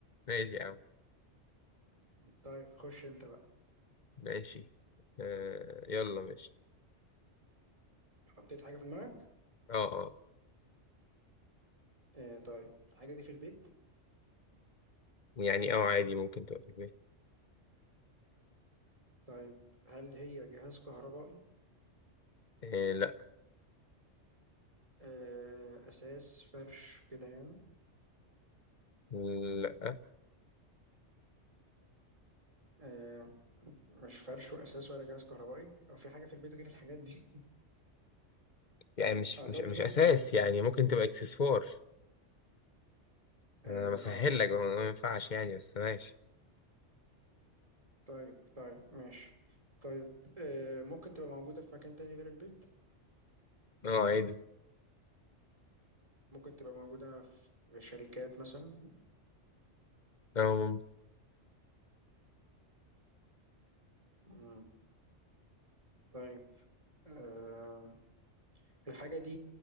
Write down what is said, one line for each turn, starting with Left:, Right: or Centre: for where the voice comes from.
Left: ماشي يا عم
Right: <laughs> طيب خش انت بقى
Left: ماشي آه يلا ماشي
Right: حطيت حاجة في دماغك
Left: اه اه
Right: آه طيب الحاجة دي في البيت
Left: يعني اه عادي ممكن تبقى في البيت
Right: طيب هل هي جهاز كهربائي
Left: آه لا
Right: آه اساس فرش كده يعني
Left: لا
Right: آه مش فرش واساس ولا جهاز كهربائي او في حاجة في البيت غير الحاجات دي <laughs>
Left: يعني
Right: طيب
Left: مش
Right: اه
Left: مش
Right: انت قلت
Left: مش
Right: ممكن
Left: اساس يعني ممكن تبقى اكسسوار
Right: اه
Left: انا بسهل
Right: آه.
Left: لك هو ما ينفعش يعني بس ماشي
Right: طيب طيب ماشي طيب آه ممكن تبقى موجودة في مكان تاني غير البيت
Left: اه عادي
Right: ممكن تبقى موجودة في شركات مثلا
Left: اه ممكن
Right: مم. طيب آه الحاجة دي